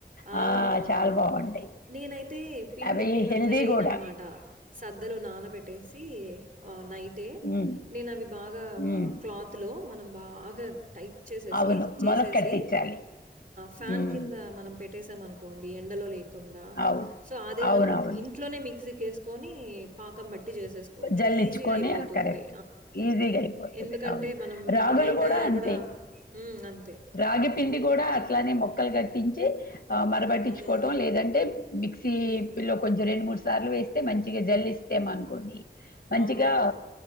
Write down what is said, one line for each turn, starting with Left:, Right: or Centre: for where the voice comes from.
Right: అవున
Left: ఆ
Right: అవున
Left: చాలా
Right: అవును
Left: బాగుంటాయి
Right: నేనైతే పిండి
Left: అవి
Right: నేను
Left: హెల్దీ
Right: అట్లా చేయను
Left: కూడా
Right: అనమాట సద్దలు నాన పెట్టేసి నైట్ అంటే
Left: హ్మ్
Right: నేను అవి బాగా
Left: హ్మ్
Right: లో మనం బాగా టైప్ చే
Left: అవును
Right: చేసేసి
Left: మొలక కట్టించాలి
Right: ఫ్యాన్
Left: హ్మ్
Right: కింద మనం పెట్టేసాంనుకోండి అ <inaudible> కుండా
Left: అవును
Right: సో అదే
Left: అవునవును
Right: మనం ఇంట్లోనే మీకు మిక్స్ చేేసుకొని పాకం బట్టి
Left: జల్లించుకొని
Right: ఈసీ గా అయిపోతుంది
Left: కరెక్ట్ ఈజీగా అయిపోతది
Right: ఎందుకంటే
Left: అవును
Right: మనం
Left: రాగులు
Right: బయట
Left: అంతే
Right: కూడా హ్మ్మ్ అంతే
Left: రాగి పిండి కూడా అట్లానే మొక్కలు కట్టించి మరబట్టించుకోవటం
Right: అదే. అదే.
Left: లేదంటే మిక్సీలో
Right: హ్మ్.
Left: కొంచెం రెండు మూడు సార్లు వేస్త మంచిగా జల్లి ఇస్తామ అనుకోండి మంచిగా
Right: అవును.